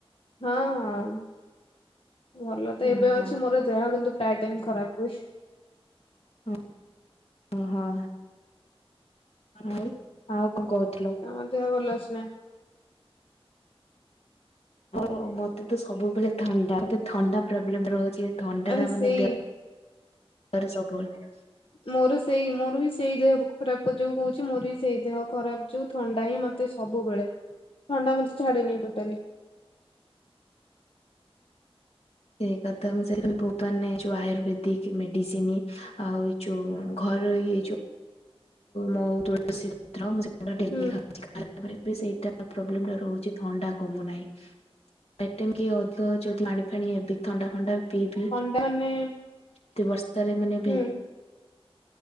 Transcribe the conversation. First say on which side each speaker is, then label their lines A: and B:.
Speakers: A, on the left (about 60°); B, on the left (about 80°).
A: ହଁ ହଁ। ଭଲ
B: ହଁ
A: ତ ଏବେ
B: ହଁ
A: ଅଛି ମୋର ଦେହ କିନ୍ତୁ ପ୍ରାୟ ଟାଇମ ଖରାପ ହୁଏ।
B: ଓ ଓ ହଁ। ଆଉ ଆଉ କଣ କୋଉଥୁଲ?
A: ତମ ଦେହ ଭଲ ଅଛି ନା?
B: ଓ ମତେ ତ ସବୁବେଳେ ଥଣ୍ଡା ମତେ ଥଣ୍ଡା ପ୍ରୋବ୍ଲେମ ରହୁଚି। ଥଣ୍ଡା
A: ଆରେ
B: ଟା ମାନେ
A: ସେଇ
B: ଦେହ ରେ ସବୁବେଳେ।
A: ମୋର ସେଇ ମୋର ବି ସେଇ ଦେହ ଖରାପ ଯୋଉ ହୁଉଚି ମୋର ବି ସେଇ ଦେହ ଖରାପ ଯୋଉ ଥଣ୍ଡା ହିଁ ମତେ ସବୁବେଳେ ଥଣ୍ଡା ମତେ ଛାଡେନି ଟୋଟାଲି।
B: ସେଇ କଥା ମୁଁ ସେଇ <unintelligible> ମାନେ ଯୋଉ ଆୟୁର୍ବେଦିକ ମେଡିସିନ ଆଉ ଏଇ ଯୋଉ ଘର ଇଏ ଯୋଉ ମହୁ ତୁଳସୀ ପତ୍ର ମୁଁ ସେଗୁଡା ଡେଲି
A: ହୁଁ
B: ଖାଉ <unintelligible> ସେଇଟା ପ୍ରୋବ୍ଲେମ ରେ ରହୁଚି ଥଣ୍ଡା କମୁନାହିଁ। ପେ ଟାଇମ୍ କି ଅଧିକ ଯଦି ପାଣି ଫାଣି ହେବି ଥଣ୍ଡା ଫଣ୍ଡା ପିଇବି
A: ତା ମାନେ
B: ଏତେ ବର୍ଷାରେ ମାନେ
A: ହୁଁ
B: ଭେ